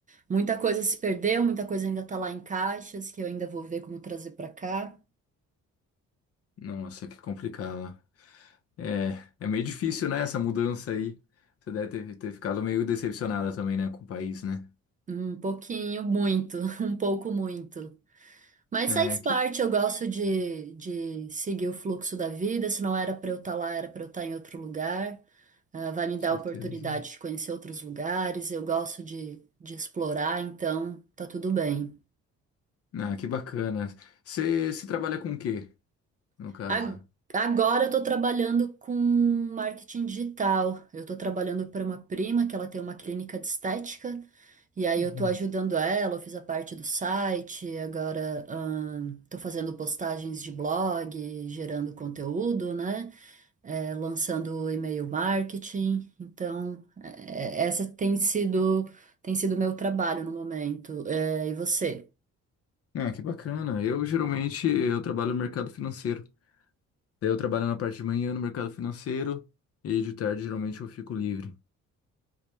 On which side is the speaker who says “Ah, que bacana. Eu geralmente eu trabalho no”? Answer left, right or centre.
Left